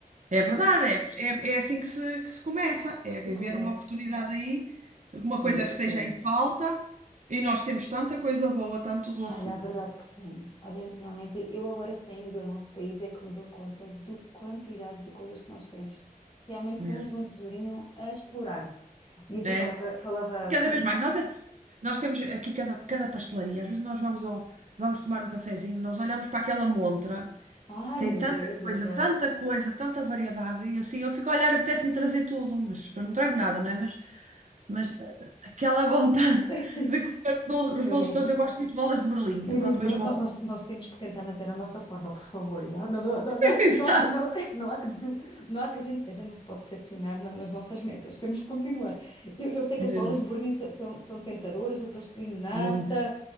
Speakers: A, on the right; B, on the left.
A: É verdade, é, é, é assim que se, que se começa,
B: que
A: é
B: se comece.
A: ver uma oportunidade aí, alguma
B: Olha
A: coisa que
B: que
A: esteja
B: sim.
A: em falta, e nós temos tanta coisa boa, tanto doce
B: Olha, a verdade que sim. Olha, realmente, eu agora saindo do nosso país é que me dou conta do quantidade de coisas que nós temos. Realmente
A: mesmo.
B: somos um tesourinho a explorar. E isso
A: É,
B: eu falava, falava
A: E cada
B: recentemente.
A: vez mais. Nós, é, nós temos aqui cada, cada pastelaria. Às vezes nós vamos, ao, vamos tomar um cafezinho, nós olhamos para aquela montra,
B: Ai,
A: tem
B: meu
A: tanta
B: Deus
A: coisa,
B: do céu.
A: tanta coisa, tanta variedade, e assim eu fico a olhar, apetece-me trazer tudo, mas eu não trago nada, não é? Mas, mas eh, aquela vontade
B: <laughs>
A: <laughs> de comer os bolos os
B: Eunice.
A: bolos todos, eu gosto muito de bolas de Berlim.
B: Inês,
A: Eu quando vejo
B: no- no-
A: uma bola.
B: nós, nós temos que tentar manter a nossa forma, por favor. já? Não, não, não,
A: <laughs>
B: não há que,
A: Exato.
B: não há que, não, <laughs> não há que desil- não há que a gente, a gente não se pode decepcionar na- nas nossas metas. Temos que continuar. Eu, eu sei que as
A: Mesmo,
B: bolas de verniz são, são, são tentadoras, o pastelinho de nata,
A: muito,